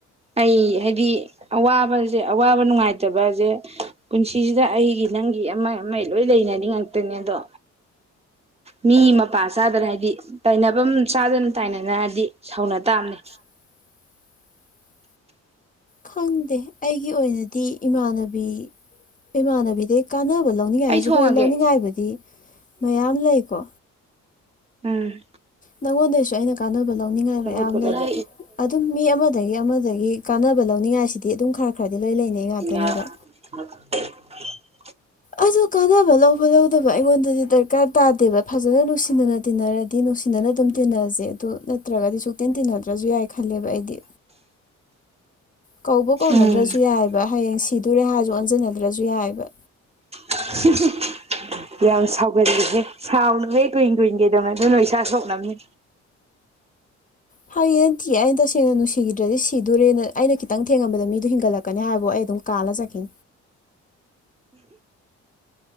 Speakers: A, on the right; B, on the left.
A: ꯑꯩ ꯍꯥꯏꯗꯤ ꯑꯋꯥꯕꯁꯦ ꯑꯋꯥꯕ ꯅꯨꯡꯉꯥꯏꯇꯕꯁꯦ ꯄꯨꯟꯁꯤꯁꯤꯗ ꯑꯩꯒꯤ ꯅꯪꯒꯤ ꯑꯃ ꯑꯃ ꯂꯣꯏ ꯂꯩꯅꯔꯤ ꯉꯥꯛꯇꯅꯦ ꯑꯗꯣ ꯃꯤ ꯃꯄꯥ ꯆꯥꯗꯅ ꯍꯥꯏꯕꯗꯤ ꯇꯥꯏꯅꯐꯝ ꯆꯥꯗꯅ ꯇꯥꯏꯅꯅ ꯍꯥꯏꯗꯤ ꯁꯧꯅ ꯇꯥꯕꯅꯦ
B: <inaudible> ꯈꯪꯗꯦ ꯑꯩꯒꯤ ꯑꯣꯏꯅꯗꯤ ꯏꯃꯥꯟꯅꯕꯤ ꯏꯃꯥꯟꯅꯕꯤꯗꯩ ꯀꯥꯟꯅꯕ ꯂꯧꯅꯤꯡꯉꯥꯏꯁꯨ
A: ꯑꯩ ꯊꯣꯡꯉꯒꯦ
B: ꯍꯣꯏ ꯂꯧꯅꯤꯡꯉꯥꯏꯕꯨꯗꯤ ꯃꯌꯥꯝ ꯂꯩꯀꯣ
A: ꯎꯝ
B: ꯅꯪꯉꯣꯟꯗꯩꯁꯨ ꯑꯩꯅ ꯀꯥꯟꯅꯕ ꯂꯧꯅꯤꯡꯉꯥꯏ
A: ꯆꯔꯥ
B: ꯃꯌꯥꯝ ꯂꯩ ꯑꯗꯨꯝ ꯃꯤ ꯑꯃꯗꯒꯤ ꯑꯃꯗꯒꯤ ꯀꯥꯟꯅꯕ ꯂꯧꯅꯤꯡꯉꯥꯏꯁꯤꯗꯤ ꯑꯗꯨꯝ ꯈꯔ ꯈꯔꯗꯤ ꯂꯣꯏ ꯂꯩꯅꯩ
A: ꯏ
B: ꯉꯥꯛꯇꯅꯦꯕ ꯑ ꯀꯥꯟꯅꯕ ꯂꯧꯕ ꯂꯧꯗꯕ ꯑꯩꯉꯣꯟꯗꯗꯤ ꯗꯔꯀꯥꯔ ꯇꯥꯗꯦꯕ ꯐꯖꯅ ꯅꯨꯡꯁꯤꯅꯅ ꯇꯤꯟꯅꯔꯗꯤ ꯅꯨꯡꯁꯤꯅꯅ ꯑꯗꯨꯝ ꯇꯤꯟꯅꯔꯁꯦ ꯑꯗꯨ ꯅꯠꯇ꯭ꯔꯒꯗꯤ ꯁꯨꯇꯤꯟ ꯇꯤꯟꯅꯗ꯭ꯔꯁꯨ ꯌꯥꯏ ꯈꯜꯂꯦꯕ ꯑꯩꯗꯤ ꯀꯧꯕ ꯀꯧꯅꯗ꯭ꯔꯁꯨ
A: ꯎꯝ
B: ꯌꯥꯏꯕ ꯍꯌꯦꯡ ꯁꯤꯗꯣꯔꯦ ꯍꯥꯏꯔꯁꯨ ꯑꯣꯟꯁꯤꯟꯅꯗ꯭ꯔꯁꯨ ꯌꯥꯏꯕ
A: <unintelligible> ꯌꯥꯝ ꯁꯥꯎꯒꯠꯜꯂꯤꯂꯁꯦ ꯁꯥꯎꯅꯨꯍꯦ ꯀꯨꯏ ꯀꯨꯏꯟ ꯀꯩꯗꯧꯅ ꯑꯗꯨ ꯅ ꯏꯁꯥ ꯁꯣꯛꯅꯕꯝꯅꯦ
B: ꯐ ꯇꯤ ꯑꯩꯅ ꯇꯁꯦꯡꯅ ꯅꯨꯡꯁꯤꯈꯤꯗ꯭ꯔꯗꯤ ꯁꯤꯗꯔꯦꯅ ꯑꯩꯅ ꯈꯤꯇꯪ ꯊꯦꯡꯉꯕꯗ ꯃꯤꯗꯨ ꯍꯤꯡꯒꯂꯀ ꯍꯥꯏꯕꯕꯨ ꯑꯩꯝ ꯀꯥꯟꯅꯖꯦ <inaudible>